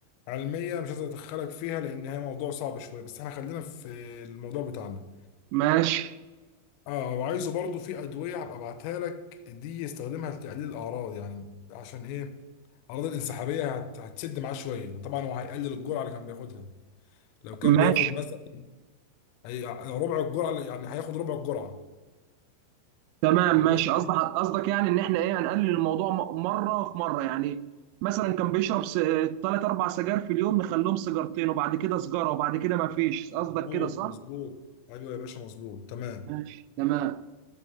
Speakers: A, on the left (about 85°); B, on the right (about 90°).
A: علميه مش عايز ادخلك فيها لان هي موضوع صعب شويه بس احنا خلينا في الموضوع بتاعنا
B: ماشي
A: اه وعايزه برضو في ادويه هبقى ابعتها لك دي يستخدمها لتقليل الاعراض يعني عشان ايه الاعراض الانسحابيه هت... هتسد معاه شويه طبعا هو هيقلل الجرعه اللي كان بياخدها لو كان
B: ماشي
A: بياخد مثلا هي ربع الجرعه اللي- يعني هياخد ربع الجرعه
B: تمام
A: فكان
B: ماشي
A: بياخد
B: قصدك قصدك يعني ان احنا ايه هنقلل الموضوع م- مرة في مرة يعني مثلا كان بيشرب ثلاث اربع سجاير في اليوم نخليهم سيجارتين وبعد كده سجارة وبعد كده ما فيش قصدك
A: مظبوط
B: كده صح؟
A: مظبوط ايوه يا باشا مظبوط تمام
B: ماشي تمام